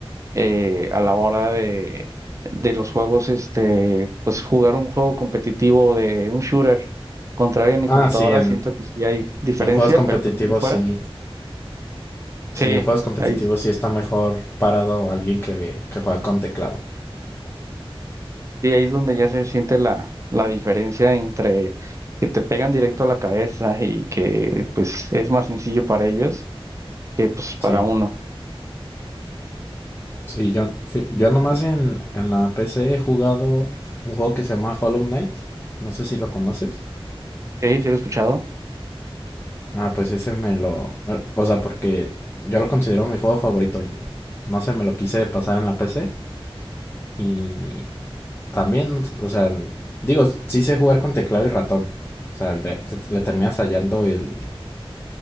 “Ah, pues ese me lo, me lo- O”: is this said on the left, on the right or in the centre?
Left